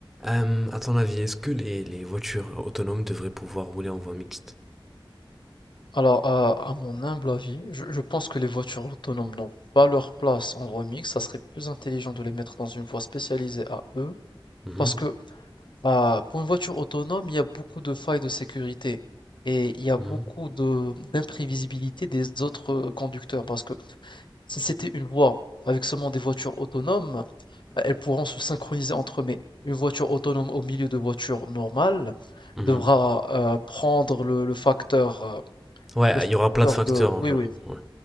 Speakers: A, in the centre; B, on the left.
A: Euh, à ton avis, est-ce que les, les voitures autonomes devraient pouvoir rouler en voie mixte?
B: Alors, à, à mon humble avis, je, je pense que les voitures autonomes n'ont pas leur place en voie mixte. Ça serait plus intelligent de les mettre dans une voie spécialisée à eux.
A: Mhm,
B: Parce que ah, pour une voiture autonome, il y a beaucoup de failles de sécurité et il y a
A: mhm.
B: beaucoup de d'imprévisibilité des autres euh, conducteurs. Parce que si c'était une voie avec seulement des voitures autonomes, bah, elles pourront se synchroniser entre eux. Mais une voiture autonome au milieu de voitures normales
A: Mhm.
B: devra euh, prendre le, le facteur, euh,
A: Ouais,
B: le facteur
A: il y aura plein de facteurs
B: de...
A: en
B: Oui,
A: jeu.
B: oui
A: Ouais,